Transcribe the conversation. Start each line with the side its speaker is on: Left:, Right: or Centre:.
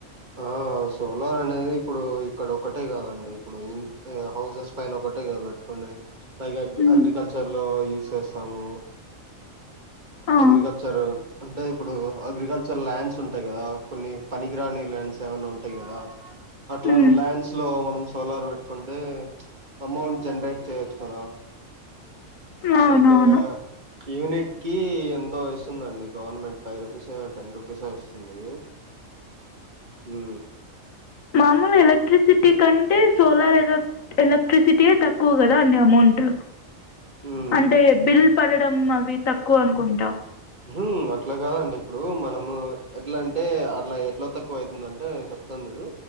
Right: ఆ సోలార్ అనేది ఇప్పుడు ఇక్కడ ఒక్కటే కాదండి ఇప్పుడు ఇ హౌసెస్ పైన ఒకటే కాదు పెట్టుకోండి పైగ
Left: హ్మ్.
Right: అగ్రికల్చర్ ఈ చేేస్తాము
Left: ఆ!
Right: అగ్రికల్చర్ అంటే ఇప్పుడు అగ్రికల్చర్ ల్యాండ్స్ ఉంటాయి కదా కొన్ని పనికినికిరాని ల్యాండ్స్ ఏవైనా ఉంటేగిన అట్లాంటి
Left: హ్మ్.
Right: ల్యాండ్స్ లో మన్స్ సోలార్ పెట్టుకుంటే ఎమౌంట్ జనరేట్ చేయచ్చు కదా
Left: అవునవును
Right: లైక్ యూనిట్ కి ఎంతో ఇస్తుందండి గవర్నమెంట్ ఫైవ్ రూపీస్ అయినా రూపీస్ టెన్ రూపీస్ అయినా ఇస్తుంది హు
Left: మామూలు ఎలక్ట్రిసిటీ కంటే సోలార్ ఎలక్ ఎలక్ట్రిసిటీయే తక్కువ కదా అని అమౌంట్
Right: ఉమ్
Left: అంటే బిల్ పడడం అవి తక్కువ అనుకుంటా
Right: ఉహూ అట్లా కాదండి ఇప్పుడు మనము ఎట్లా అంటే అట్లా ఎట్లా తక్కువ అవుతుందంటే చెప్తాను చుడు